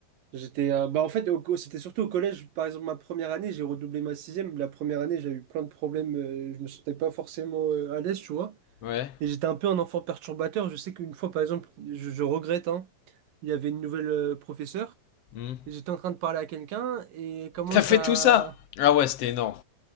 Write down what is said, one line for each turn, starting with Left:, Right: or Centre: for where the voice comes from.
Right: j'étais. euh, bah, en fait, au c'était surtout au collège. Par exemple, ma première année, j'ai redoublé ma sixième. La première année, j'ai eu plein de problèmes. euh, je me sentais pas forcément euh, à l'aise, tu vois.
Left: ouais.
Right: Et j'étais un peu un enfant perturbateur. Je sais qu'une fois, par exemple, je, je regrette, hein, il y avait une nouvelle euh, professeure.
Left: Hmm.
Right: Et j'étais en train de parler à quelqu'un et elle commence
Left: T'as fait
Right: à...
Left: tout ça? Ah ouais, c'était énorme.